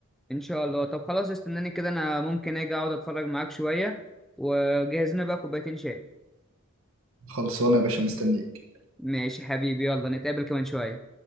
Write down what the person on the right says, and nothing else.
خلصانه يا باشا مستنيك